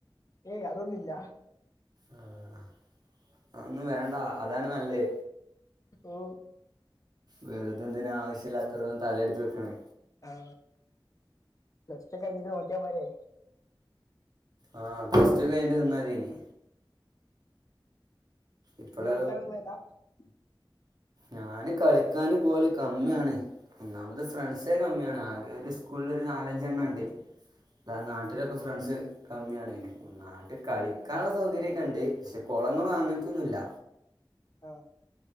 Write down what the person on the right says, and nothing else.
ആ ഒന്നും വേണ്ട അതാണ് നല്ലെ
വെറുതെന്തിനാ ആവശ്യമില്ലാത്തന്നും തല എടുത്ത് വെക്കണേ
ആ പ്ലസ് ടു കഴിഞ്ഞിട്ട് നിന്നാലീനി
ഇപ്പോഴേ ഞാന് കളിക്കാന് പോലെ കമ്മിയാണ് ഒന്നാമത് ഫ്രണ്ട്സെ കമ്മിയാണ് ആകെ ഒരു സ്കൂളിൽ ഒരു നാലഞ്ചെണ്ണം ഉണ്ട് നാട്ടിലൊക്കെ ഫ്രണ്ട്സ് കമ്മിയാണ് നാട്ടി കളിക്കാനൊള്ള സൗ കണ്ട് പക്ഷെ കുളങ്ങളും അങ്ങനക്കൊത്തുന്നുല്ല